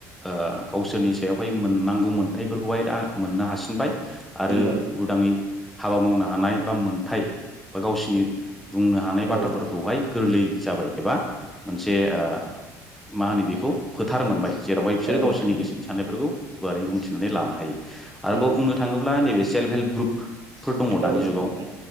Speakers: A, in the centre; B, on the right.
A: ओ गावसोरनि सायावहाय मोननांगौ मोन्थायफोरखौहाय दा मोननो हासिनबाय आरो
B: नंगौ नोंथां
A: उदाङै हाबा मावनो हानाय बा मोनथाय बा गावसिनि बुंनो हानाय बाथ्राफोरखौहाय
B: औ नोंथां
A: गोरलै जाबाय एबा मोनसे ओ मा होनो बि खौ फोथार मोनबाय जेरावहाय बिसोरो
B: औ
A: गावसिनि
B: नोंथां
A: गोसोनि साननायफोरखौ गुवारै बुंथिनानै लानो हायो आरोबाव
B: नंगौ
A: बुंनो थांङोब्ला नैबे सेल्फ हेल्प ग्रुप फोर
B: नंगौ
A: दंङ दानि
B: नोंथां
A: जुगाव